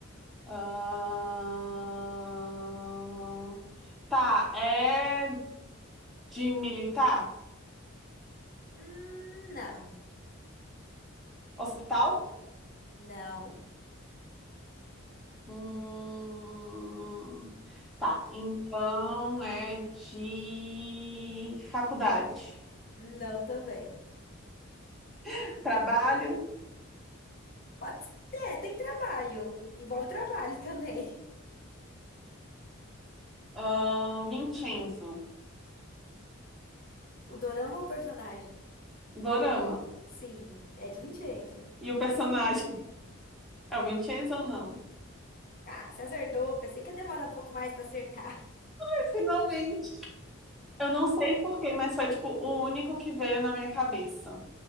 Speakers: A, in the centre; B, on the left.
A: Ahn, Tá, é de militar?
B: Hum, não.
A: Hospital?
B: Não.
A: Hum... Tá, então é de faculdade.
B: Não também.
A: <laughs> Trabalho?
B: Pode... É, tem trabalho. Envolve trabalho também.
A: Ahn, Vincenzo.
B: O Dorama é o personagem?
A: Dorama.
B: Sim, é de Vincenzo.
A: E o personagem? É o Vincenzo ou não?
B: Ah, você acertou. Pensei que ia demorar um pouco mais pra acertar.
A: <laughs> Finalmente. Eu não sei porquê, mas foi tipo o único que veio na minha cabeça.